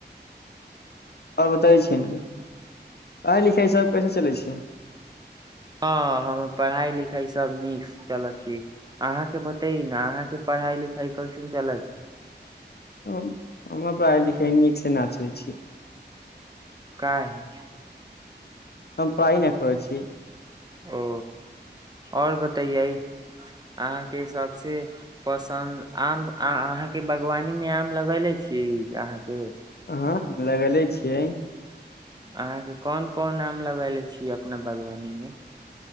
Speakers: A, on the left; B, on the right.
A: और बताई छी ने पढ़ाय लिखाय सब कैसे चलै छै।
B: हाँ हमर पढ़ाई लिखाई सब नीक से चलै छी, अहाँ के बताई ने अहाँ के पढ़ाई लिखाई कैसन चलै छी।
A: हम हमर पढ़ाई लिखाई नीक से ना चले छी।
B: काहे।
A: हम पढ़ाई न करै छी।
B: ओ और बतैयै अहाँके सबसे पसन्द आम अहाँ के बागवानी मे आम लगेले छी अहाँके।
A: हाँ लगेले छियै।
B: अहाँ के कोन कोन आम लगएले छियै अपना बागवानी मे।